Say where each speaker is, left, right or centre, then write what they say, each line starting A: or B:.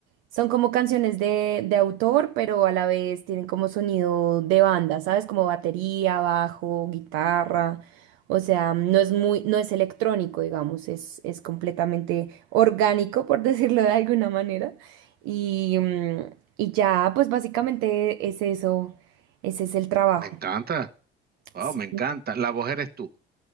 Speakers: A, on the right; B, on the right.
A: Son como canciones de, de autor, pero a la vez tienen como sonido de banda, ¿sabes? Como batería, bajo, guitarra. O sea, no es muy, no es electrónico, digamos, es, es completamente orgánico, por <laughs> decirlo de alguna manera. Y, mm, y ya, pues básicamente es eso, ese es el trabajo.
B: me encanta. Wow,
A: Sí.
B: me encanta. La voz eres tú.